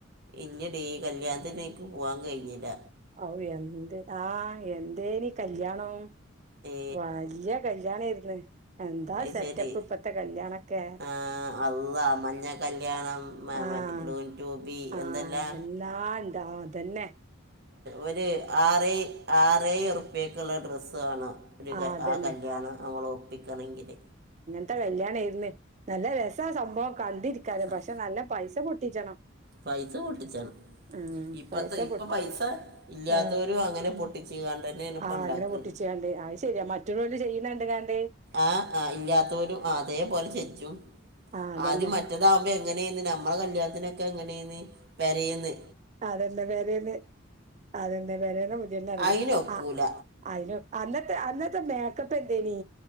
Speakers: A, on the right; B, on the right.
A: ഇല്ലടീ കല്യാണത്തിന് ക്ക് പോവാൻ കഴിഞ്ഞ് ല്ല
B: ഔ എന്ത് ആഹ് എന്തേനി കല്യാണം
A: ഏ
B: വല്യ കല്ല്യാ ണേര്ന്ന് എന്താ
A: അത്
B: സെറ്റപ്പ്
A: ശരി
B: ഇപ്പത്തെ കല്യാണൊക്കെ
A: ആ, അല്ല മഞ്ഞ കല്യാണം
B: ആഹ്
A: മറ്റേ ഗ്രൂൻ ട്യൂബി
B: ആഹ്
A: എന്തെല്ലാം
B: എല്ലാണ്ട് അതെന്നെ
A: ഒരു ആറ് ആറേഴ്ർപ്പ്യക്കുള്ള ഡ്രസ്സ് വാണം ഒരു
B: ആഹ് അതന്നെ
A: ആ കല്യാണം നമ്മൾ ഒപ്പിക്കണെങ്കില്
B: ഇ കല്ല്യാണേര്ന്ന് നല്ല രസ സംഭവം കണ്ടിരിക്കാനും
A: സ-
B: പക്ഷെ നല്ല പൈസ പൊട്ടിച്ചണം
A: പൈസ പൊട്ടിച്ചാണ്
B: ഉം
A: ഇപ്പത്തെ
B: പൈസ
A: ഇപ്പം
B: പൊട്ടി
A: പൈസ ഇല്ലാത്തവരും
B: ആ
A: അങ്ങനെ പൊട്ടിച്ച് കാണ്ട് തന്നെയാണ് ഇപ്പം
B: ആ
A: ഉണ്ടാക്കുന്നത്
B: അങ്ങനെ പൊട്ടിച്ച്യാണ്ടേ ശരിയാ മറ്റുള്ളോല് ചെയ്യ്ന്ന കണ്ട്കാണ്ട്
A: ആ ആ ഇല്ലാത്തോരും അതേപലെ ചെജ്ജും
B: ആഹ് അതന്നെ
A: ആദ്യം മറ്റേതാവുമ്പോ എങ്ങനെയന്ന് നമ്മളെ കല്യാണത്തിനൊക്കെ എങ്ങനെയന്ന് പെരേന്ന്
B: അതെന്നെ പേരന്ന് അതെന്നെ പേരേന്ന പുതിയെണ്ണ് എറങ്ങാ
A: അതിനൊക്കൂല
B: അ അയിന് ഒ അന്നത്തെ അന്നത്തെ മേക്കപ്പ എന്തേനി